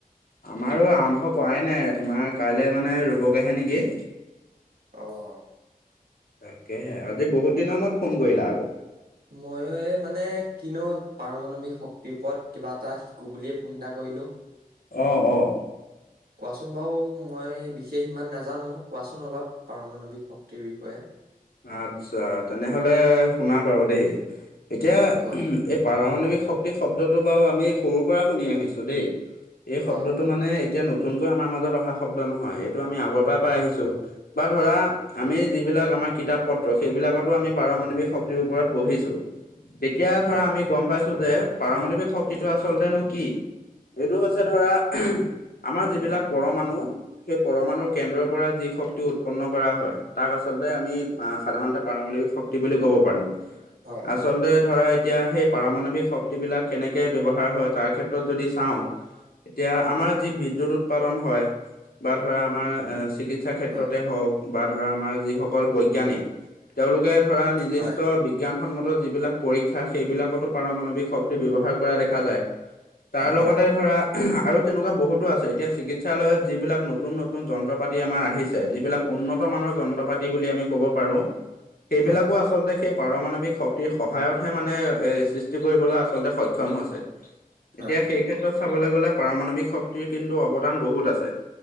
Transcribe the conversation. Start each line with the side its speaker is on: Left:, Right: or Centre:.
Left: আমাৰো আৰম্ভ কৰাই নাই তোমাৰ কাইলৈ মানে ৰুবগৈহে নেকি,
Right: অ
Left: তাকেহে, আজি বহুত দিনৰ মোৰত ফোন কৰিলা আক,
Right: ময়ো এ মানে কিনো পাৰমানৱিক শক্তিৰ ওপৰত কিবা এটা শিকো বুলিয়ে ফোন এটা কৰিলো। <inaudible>
Left: অঁ অঁ
Right: কোৱাচোন বাৰু মই বিশেষ ইমান নাজানো কোৱাচোন অলপ পাৰমাণৱিক শক্তিৰ বিষয়ে,
Left: আচ্ছা তেনেহলে শুনা বাৰু দেই এতিয়া
Right: অ কোৱা
Left: পাৰমাণৱিক শক্তি শব্দটো বাৰু আমি সৰুৰ পৰা শুনি আহিছো দেই, এই
Right: হয়
Left: শব্দটো
Right: হয়
Left: মানে এতিয়া নতুনকৈ আমাৰ মাজত অহা শব্দ নহয় এইটো আমি আগৰ পৰাই পাই আহিছো। বা ধৰা আমি যিবিলাক আমাৰ, কিতাপ পত্ৰ সেইবিলাকতো আমি পাৰমাণৱিক শক্তিৰ ওপৰত পঢ়িছো। তেতিয়া
Right: হয়
Left: ধৰা আমি গম পাইছো, যে পাৰমণৱিক শক্তিটো আচলতেনো কি এইটো হৈছে ধৰা, আমাৰ যিবিলাক পৰমানুৰ, সেই পৰমানুৰ কেন্দ্ৰৰ পৰা যি শক্তি উৎপন্ন কৰা হয় তাক আচলতে আমি, অ সাধাৰণতে পাৰমণৱিক শক্তি বুলি ক'ব পাৰো। আচ
Right: হয়
Left: আচলতে ধৰা এতিয়া সেই পাৰমাণৱিক শক্তিবিলাক কেনেকে ব্যৱহাৰ হয় তাৰ ক্ষেত্ৰত যদি চাওঁ,
Right: <inaudible>
Left: এতিয়া আমাৰ যি বিদ্যুৎ উৎপাদন হয় বা ধৰা আমাৰ চিকিৎ চিকিৎসাৰ ক্ষেত্ৰতে
Right: হয়
Left: হওঁক বা ধৰা আমাৰ যিসকল বৈজ্ঞানিক তেওঁলোকে ধৰা নিৰ্দিষ্ট
Right: হয়
Left: বিক বিজ্ঞানসন্মত যিবিলাক পৰীক্ষা সেইবিলাকতো পাৰমাণৱিক শক্তি ব্যৱহাৰ কৰা দেখা যায়। তাৰ
Right: হয়
Left: লগতে
Right: হয়
Left: ধৰা, আৰু তেনেকুৱা বহুতো আছে এতিয়া চিকিৎসালয়ত যিবিলাক নতুন নতুন যন্ত্ৰ পাতি আমাৰ আহিছে যিবিলাক, উন্নত মানৰ যন্ত্ৰ পাতি বুলি আমি ক'ব পাৰো সেইবিলাকো
Right: হয়
Left: আচ আচলতে সেই পাৰমাণৱিক শক্তিৰ সহায়তহে মানে এ সৃষ্টি কৰিবলৈ আচলতে সক্ষম হৈছে।
Right: <inaudible>
Left: এতিয়া সেই ক্ষেত্ৰত চাবলৈ গলে পাৰমাণৱিক শক্তিৰ কিন্তু অৱদান বহুত আছে,